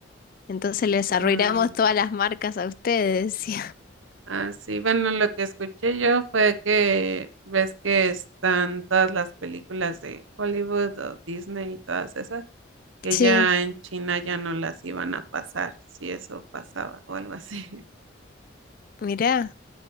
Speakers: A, on the left (about 45°); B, on the right (about 80°).
A: Entonces les arruinamos
B: Ah,
A: todas las marcas a ustedes. decía. <laughs>
B: Ah, sí, bueno, lo que escuché yo fue que ves que están todas las películas de Hollywood o Disney y todas esas, que
A: Sí,
B: ya en China ya no las iban a pasar, si eso pasaba o algo así. <laughs>
A: mirá,